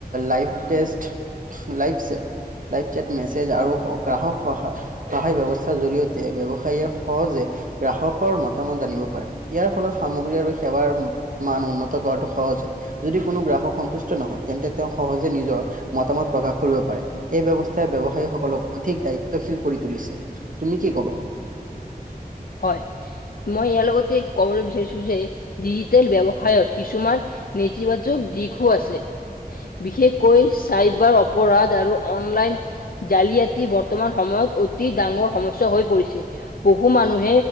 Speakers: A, on the right (about 55°); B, on the left (about 65°).
A: live test live chat live chat message আৰু গ্ৰাহক সহায় সহায় ব্যৱস্থাৰ জৰি়য়তে ব্যৱসায়ীয়ে সহজে গ্ৰাহকৰ মতামত জানিব পাৰে। ইয়াৰ ফলত সামগ্ৰী আৰু সেৱাৰ মান উন্নত কৰাটো সহজ হয়। যদি কোনো গ্ৰাহক সন্তুষ্ট নহয়, তেন্তে তেওঁ সহজে নিজৰ মতামত প্ৰকাশ কৰিব পাৰে। এই ব্যৱস্থাই ব্যৱসায়ী সকলক অধিক দায়িত্বশীল কৰি তুলিছে তুমি কি কবা।
B: হয়। মই ইয়াৰ লগতে ক'বলৈ বিচাৰিছোঁ যে ডিজিটেল ব্যৱসায়ৰ কিছুমান নেতিবাদ দিঘো আছে বিশেষকৈ চাইবাৰ অপৰাধ আৰু অনলাইন জালিয়াতি বৰ্তমান সময়ত অতি ডাঙৰ সমস্যা হৈ পৰিছে বহু মানুহ